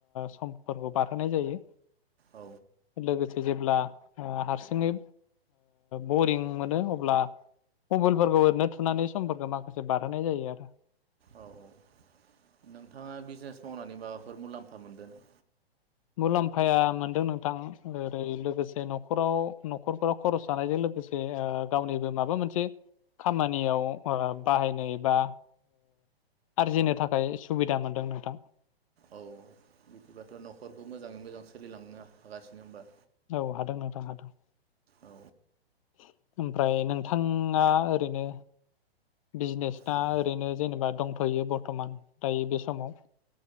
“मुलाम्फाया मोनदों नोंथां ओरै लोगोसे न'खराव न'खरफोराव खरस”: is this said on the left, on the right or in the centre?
Left